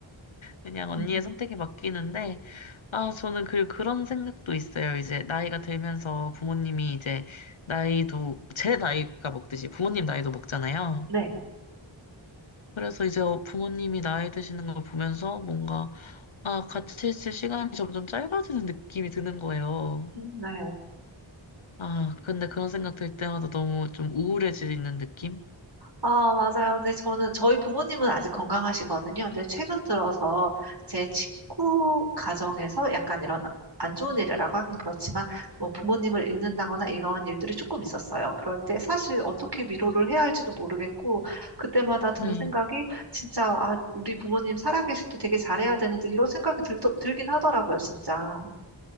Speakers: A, on the left; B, on the right.
A: 그냥 언니의
B: 음,
A: 선택에 맡기는데, 아, 저는 그, 그런 생각도 있어요. 이제 나이가 들면서 부모님이 이제 나이도, 제 나이가 먹듯이 부모님 나이도 먹잖아요.
B: 네.
A: 그래서 이제 어, 부모님이 나이 드시는 걸 보면서 뭔가, 아, 같이 있을 시간이 점점 짧아지는 느낌이 드는 거예요.
B: 음, 네.
A: 아, 근데 그런 생각 들 때마다 너무 좀 우울해지는 느낌?
B: 아, 맞아요. 근데 저는, 저희 부모님은 아직 건강하시거든요. 근데 최근 들어서 제 친구 가정에서 약간 이런 안 좋은 일이라고 하긴 그렇지만, 뭐 부모님을 잃는다거나 이런 일들이 조금 있었어요. 그럴 때 사실 어떻게 위로를 해야 할지도 모르겠고, 그때마다 드는
A: 네.
B: 생각이 진짜, 아, 우리 부모님 살아계실 때 되게 잘해야 되는데, 이런 생각이 들, 들긴 하더라고요, 진짜.